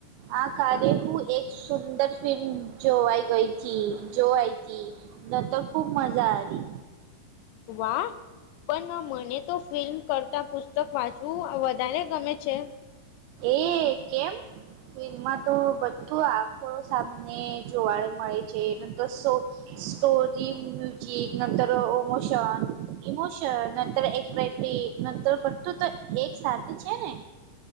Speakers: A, on the right; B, on the left.
A: આ કારે હું એક સુંદર ફિલ્મ જોવાઈ ગઈ હતીથી જોવાઈ. ન તો ખૂબ મજા આવી.
B: વાહ. પણ હા મને તો ફિલ્મ કરતાં પુસ્તક વાંચવું વધારે ગમે છે.
A: એ કેમ ફિલ્મમાં તો બધું આખું સામને જોવાળે મળે છે નંતર સો સ્ટોરી, મ્યુજિક, નંતર મોશન, ઇમોશન નતર એક એક નંતર બધું તો એક સાથે છે ને,